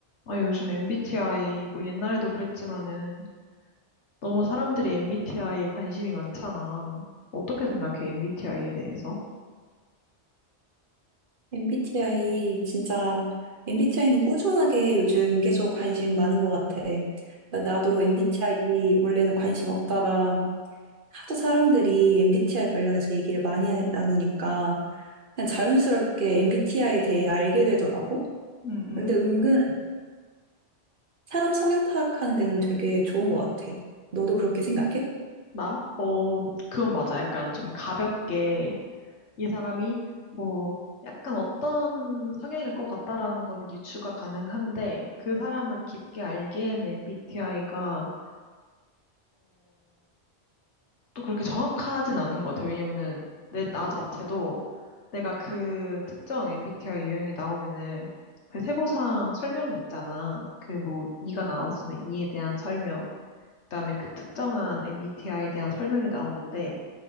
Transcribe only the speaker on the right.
MBTI 진짜 MBTI는 꾸준하게 요즘 계속 관심 많은 것 같아. 그러니까 나도 MBTI 원래는 관심 없다가 하도 사람들이 MBTI 관련해서 얘기를 많이 하- 나누니까 그냥 자연스럽게 MBTI에 대해 알게 되더라고.
근데 은근 사람 성향 파악하는 데는 되게 좋은 것 같아. 너도 그렇게 생각해?